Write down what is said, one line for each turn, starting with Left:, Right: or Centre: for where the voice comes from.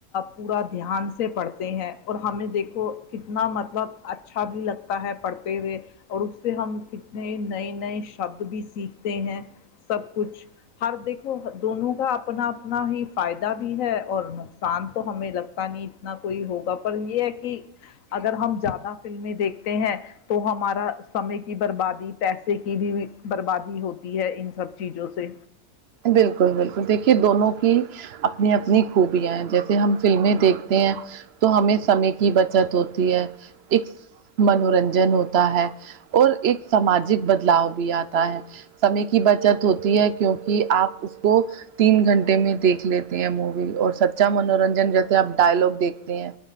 Left: پورا دھیان سے پڑھتے ہیں اور ہمیں دیکھو کتنا مطلب اچھا بھی لگتا تا ہے پڑھتے ہوئے اور اس سے ہم کتنے نئے نئے شبد بھی سیکھتے ہیں سب کچھ ہر دیکھو دونوں کا اپنا اپنا ہی فائدہ بھی ہے اور نقصان تو ہمیں لگتا نہیں نہ کوئی ہوگا پر یہ ہے کہ اگر ہم زیادہ فلمیں دیکھتے ہیں تو ہمارا سمے کی بربادی پیسے کی بھی بربادی ہوتی ہے ان سب چیزوں سے
Right: بالکل بالکل دیکھیے دونوں کی اپنی اپنی خوبیاں ہیں جیسے ہم فلمیں دیکھتے ہیں تو ہمیں سمے کی بچت ہوتی ہے ایک منورنجن ہوتا ہے اور ایک سماجک بدلاؤ بھی آتا ہے سمے کی بچت ہوتی ہے کیوںکہ کہ آپ اس کو تین گھنٹے میں دیکھ لیتے ہیں مووی اور سچا منورنجن جیسے آپ ڈائلگ دیکھتے ہیں